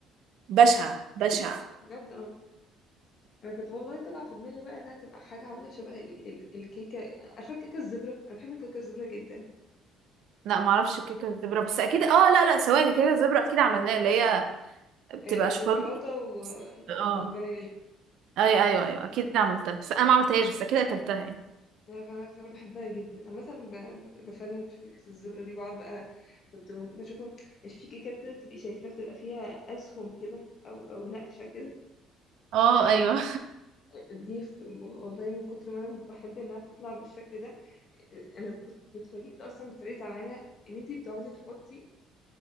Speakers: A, on the right; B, on the left.
A: بشعه بشعه
B: بجد اه انا كنت والله طالعه في دماغي بقى انها تبقى حاجه عامله شبه ال ال الكيكه عارفه الكيكه الزبره انا بحب الكيكه الزبره جدا
A: لا معرفش كيكه الزبره بس اكيد اه لا لا ثواني كيكه الزبره اكيد عملناها اللي هي بتبقى
B: آه شوكولاته
A: شوكولاته
B: و...
A: اه
B: وفانيليا
A: اي ايوه ايوه اكيد عملتها بس انا ما عملتهاش بس اكيد اكلتها يعني
B: لا، فانا فأنا بحبها جدا انا مثلا ب- ب- بفنن في كيكه الزبره دي بقعد بقى كنت بشوفهم مش في كيكات كده بتبقي شايفاها بتبقى فيها اسهم كده او او نقشه كده
A: اه ايوه
B: دي ف- والله من كتر ما انا بحب انها تطلع بالشكل ده انا كنت اتفاجئت اصلا بطريقه عملها ان انتي بتقعدي تحطي